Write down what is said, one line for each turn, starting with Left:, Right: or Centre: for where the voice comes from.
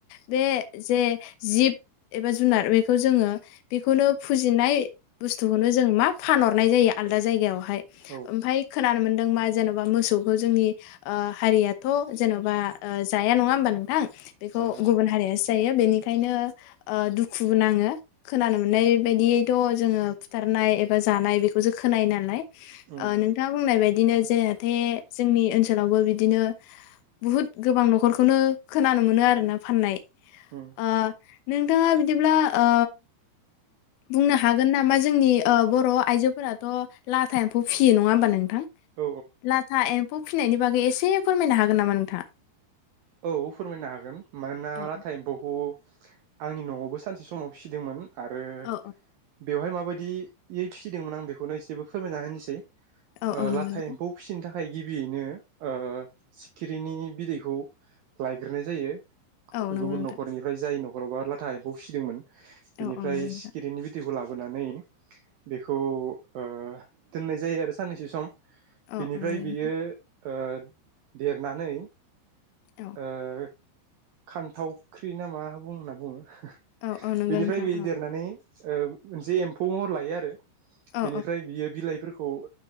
Left: बे जे जिब एबा जुनार बेखौ जोङो बिखौनो फुजिनाय बुस्तुखौनो जो जों मा फानहरनाय जायो आलदा जायगायावहा फाय
Right: औ
Left: ओमफाय खोनानो मोन नों मा जेनबा मोसौखौ जोंनि ओ हारियाथ' जेनबा ओ जाया नङा होमबा नोंथां? बेखौ
Right: जायो आरो
Left: गुबुन हारियासो जायो बेनिखायनो ओ दुखुबो नाङो खोनानो मोननाय बायदियैथ' जोङो फुथ थारनाय एबा जानाय बेखौसो खोनायो नालाय
Right: उम
Left: ओ नोंथाङा बुंनाय बायदिनो जेहाथे जोंनि ओनसोलावबो बिदिनो बहुद गोबां न'खरखौनो खोनानो मोनो आरोना फाननाय।
Right: उम
Left: ओ नोंथाङा बिदिब्ला ओ बुंनो हागोन नामा जे जोंनि ओ बर आइजोफोराथ' लाथा एम्फौ फियो नङा होमबा नोंथां?
Right: औ
Left: लाथा एम फौ फिननायनि बागै एसे फोरमायनो हागोन नामा नोंथाङा?
Right: औ फोरमायनो हागोन मानोना
Left: औ
Right: लाथा एम्फौखौ आंनि न'आवबो सानसे समाव फिसिदोंमोन। आरो
Left: औ
Right: बेवहाय माबाय दियै फिसिदोंमोन आं बेखौनो एसेबो फोरमायना होनोसै।
Left: औ
Right: ओ
Left: औ नंगौ
Right: लाथा
Left: नोंथां
Right: एम्फौ फिसिनो था खाय गिबियैनो ओ सिखिरिनि बिदैखौ लायग्रोनाय जायो।
Left: औ नंगौ
Right: गुबुन
Left: नोंथां
Right: न'खरनिफ्राय जाय न' <unintelligible> लाथा एम्फौ फिसिदोंमोन। बिनिफ्राय
Left: औ औ नंगौ नोंथां
Right: सिखिरिनि बिदैखौ ला बोनानै बेखौ ओ दोननाय जायो आरो साननैसो सम। बिनिफ्राय
Left: औ औ नंगौ
Right: बियो
Left: नोंथां
Right: ओ देरनानै ओ
Left: औ
Right: खान्थावख्रि ना मा बुंना बुङो
Left: औ औ नंगौ
Right: बिनिफ्राय
Left: नोंथां
Right: बे देरनानै ओ मोनसे एम्फौ महर लायो आरो
Left: औ
Right: बेनिफ्राय बियो बिलाइफोरखौ ओ